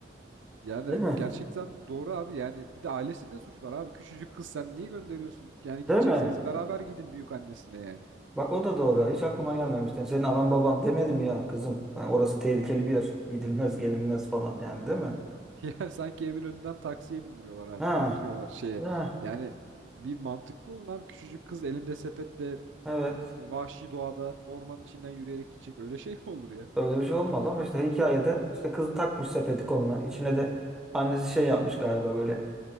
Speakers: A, on the right; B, in the centre.
A: Yani
B: Değil mi?
A: gerçekten doğru abi. Yani bir de ailesinde suç var abi. Küçücük kız sen niye gönderiyorsun? Yani gidecekseniz
B: Değil mi?
A: beraber gidin büyük annesine yani.
B: Bak o da doğru. Hiç aklıma gelmemişti. Yani senin anan baban demedi mi ya kızım? Yani orası tehlikeli bir yer. Gidilmez, gelinmez falan yani değil mi?
A: <laughs> Yani sanki evin önünden taksiye bindiriyorlar abi.
B: Ha.
A: Götürüyorlar şeye.
B: Ha.
A: Yani bir mantıklı olun abi. Küçücük kız elinde sepetle
B: Evet.
A: vahşi doğada ormanın içinden yürüyerek gidecek. Öyle şey mi olur ya?
B: Öyle bir şey olmaz ama işte hikayede işte kız takmış sepeti koluna. İçine de annesi şey yapmış galiba böyle